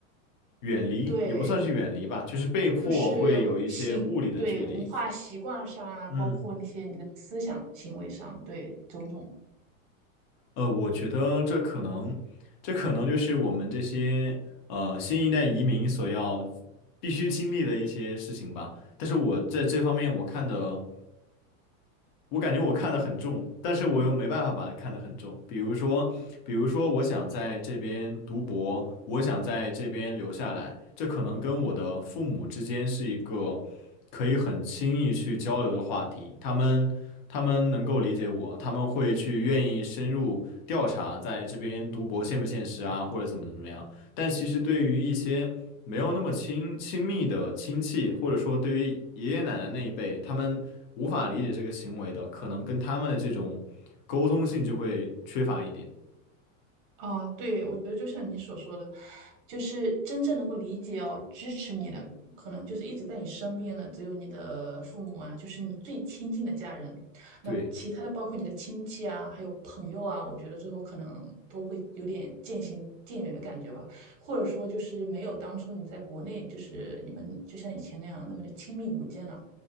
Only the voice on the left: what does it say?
远离，
也不算是远离吧，就是被迫会有一些物理的距离，
嗯
呃，我觉得这可能，这可能就是我们这些呃新一代移民所要必须经历的一些事情吧。但是我在这方面我看的我感觉我看得很重，但是我又没办法把它看得很重。比如说，比如说，我想在这边读博，我想在这边留下来，这可能跟我的父母之间是一个可以很轻易去交流的话题。他们他们能够理解我，他们会去愿意深入调查在这边读博现不现实啊，或者怎么怎么样。但其实对于一些没有那么亲亲密的亲戚，或者说对于爷爷奶奶那一辈，他们无法理解这个行为的，可能跟他们的这种沟通性就会缺乏一点。
对，